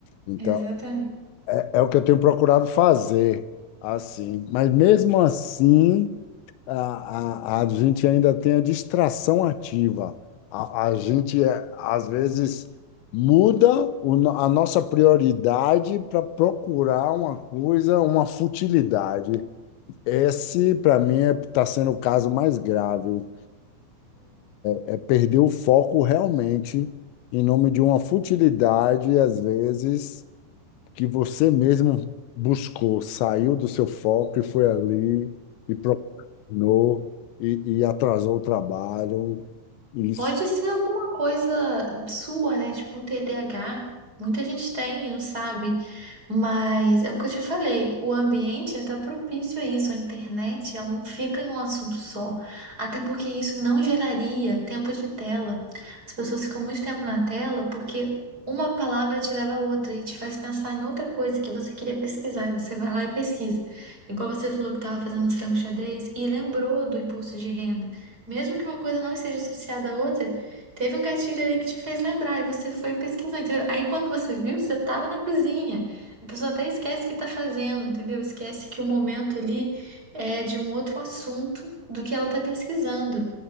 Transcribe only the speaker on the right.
exatamente.
Pode ser alguma coisa sua, né? Tipo um TDAH. Muita gente tem, não sabe. Mas é o que eu te falei, o ambiente ele tá propício a isso. A internet, ela não fica em um assunto só. Até porque isso não geraria tempo de tela. As pessoas ficam muito tempo na tela porque uma palavra te leva a outra e te faz pensar em outra coisa que você queria pesquisar. E você vai lá e pesquisa. Igual você falou que estava fazendo frango xadrez e lembrou do imposto de renda. Mesmo que uma coisa não esteja associada à outra, teve um gatilho ali que te fez lembrar e você foi pesquisando, entendeu? Aí quando você viu, você estava na cozinha. A pessoa até esquece o que está fazendo, entendeu? Esquece que o momento ali é de um outro assunto do que ela está pesquisando.